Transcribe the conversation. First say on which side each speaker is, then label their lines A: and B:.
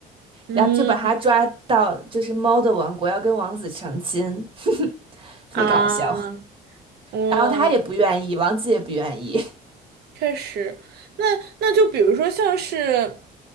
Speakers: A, on the right; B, on the right.
A: 嗯
B: 然后就把他抓到就是猫的王国，要跟王子成亲，<laughs> 特别搞笑。
A: 啊，哦，
B: 然后他也不愿意，王子也不愿意，
A: 确实，那那就比如说像是，